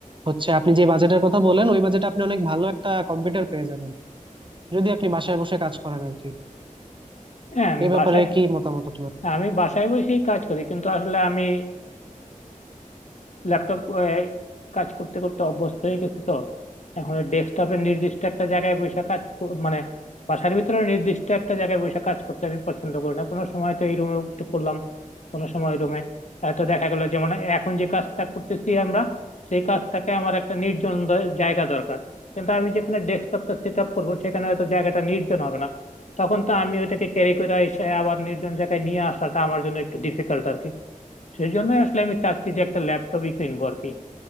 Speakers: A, on the right (about 35°); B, on the left (about 55°).
A: হচ্ছে আপনি যে বাজেটের কথা বলেন ওই বাজেটে আপনি অনেক ভালো একটা কম্পিউটার পেয়ে যাবেন যদি আপনি বাসায় বসে কাজ করেন আর কি
B: হ্যাঁ আমি
A: এই ব্যাপারে
B: বাসায়
A: কি মতামত আপনার
B: আমি বাসায় বসেই কাজ করি কিন্তু আসলে আমি ল্যাপটপ কাজ করতে করতে অভ্যস্ত হয়ে গেছি তো এখন ডেস্কটপের নির্দিষ্ট একটা জায়গায় বসে কাজ ক- মানে বাসার ভিতরে নির্দিষ্ট একটা জায়গায় বসে কাজ করতে আমি পছন্দ করি না কোনো সময় তো এই রুমে করলাম কোনো সময় রুমে তো দেখা গেল যেমন এখন যে কাজটা করতেছি আমরা সেই কাজটাকে আমার একটা নির্জন দ- জায়গা দরকার কিন্তু আমি যেখানে ডেস্কটপটা সেট আপ করবো সেখানে হয়তো জায়গাটা নির্জন হবে না তখন তো আমি ওইটাকে ক্যারি করে এসে আবার নির্জন জায়গায় নিয়ে আসাটা আমার জন্য একটু ডিফিকাল্ট আর কি। সেই জন্য আসলে আমি চাচ্ছি যে একটা ল্যাপটপই কিনবো আর কি